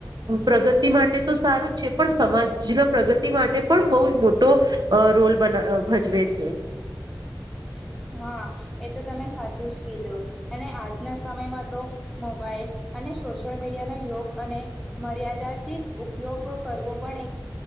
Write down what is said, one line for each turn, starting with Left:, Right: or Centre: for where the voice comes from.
Right: પ્રગતિ માટે તો સારું જ છે પણ સમાજના પ્રગતિ માટે પણ બહુ જ મોટો રોલ ભજવે છે
Centre: હા એ તો તમે સાચું જ કીધું અને આજના સમયમાં તો મોબાઈલ અને સોશિયલ મીડિયા ન યોગ અને મર્યાદિત ઉપયોગ કરવો પણ એક